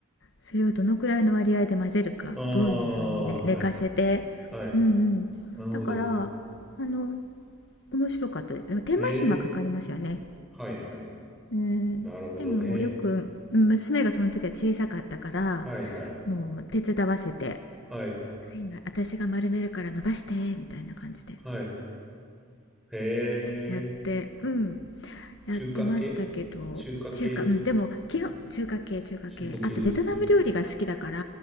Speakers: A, on the left; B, in the centre.
A: それをどのくらいの割合で混ぜるか、
B: ああ、
A: どういうふうにね、
B: はい、
A: 寝かせて。
B: はい、はい。
A: うんうん。
B: なるほど。
A: だから、あの、面白かったです。でも手間暇かかりますよね。
B: ええ、はい、はい。
A: うん、
B: なるほどね。
A: でもよく娘がその時は小さかったから
B: はい、はい、
A: もう手伝わせて「はい
B: はい、
A: 今私が丸めるから伸ばして」みたいな感じで
B: はい。へえ、
A: やってうんやってましたけど中華うんでも基本中華系中華系あとベトナム料理が好きだから
B: 中華系中華系です。中華系ですよね。